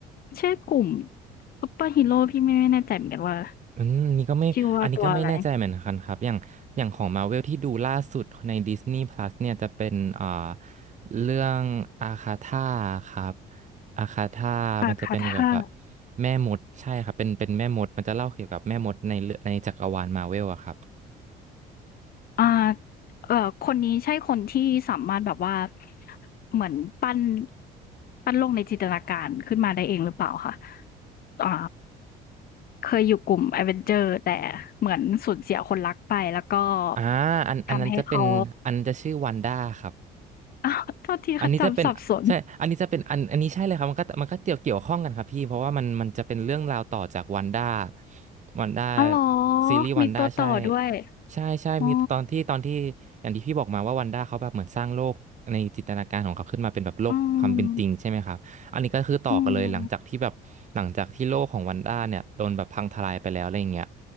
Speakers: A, on the left; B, on the right.
A: ชื่อกลุ่มซูเปอร์ฮีโร่พี่ไม่ไม่แน่ใจเหมือนกันว่า
B: อืมนี่ก็ไม่อันนี้ก็ไม่แน่ใจเหมือนกันครับอย่างอย่างของมาเวลที่ดูล่าสุดใน
A: ชื่อว่าตัวอะไร
B: Disney Plus เนี่ยจะเป็นอ่าเรื่องอาคาธาครับอาคาธามันจะเป็นเกี่ยวกับ
A: อาคาธา
B: แม่มดใช่ครับเป็นเป็นแม่มดมันจะเล่าเกี่ยวกับแม่มดในเรื่องในจักรวาลมาเวลอะครับ
A: อ่าเอ่อคนนี้ใช่คนที่สามารถแบบว่าเหมือนปั้นปั้นโลกในจินตนาการขึ้นมาได้เองหรือเปล่าคะอ่าเคยอยู่กลุ่ม Avenger แต่เหมือนสูญเสียคนรักไปแล้วก็
B: อ่าอันอันนั้นจะเป็นอันนั้นจะชื่อวันด้าครับ
A: ทำให้เขา <laughs> อ้าวโทษทีค่ะจำสับสน
B: อันนี้จะเป็นใช่อันนี้จะเป็นอันอันนี้ใช่เลยครับมันก็มันก็เกี่ยวเกี่ยวข้องกันครับพี่เพราะว่ามันมันจะเป็นเรื่องราวต่อจากวันด้าวันด้า
A: อ้าวเหรอ
B: ซีรีส์วันด้าใช่
A: มีตัวต่อด้วย
B: ใช่ใช่มีตอนที่ตอนที่อย่างที่พี่บอกมาว่าวันด้าเขาแบบเหมือนสร้างโลกในจินตนาการของเขาขึ้นมาเป็นแบบโลกความเป็นจริงใช่ไหมครับอันนี้ก็คือต่อกันเลยหลังจากที่แบบหลังจากที่โลกของวันด้าเนี่ยโดนแบบพังทลายไปแล้วอะไรอย่างเงี้ย
A: อ๋ออืมอืม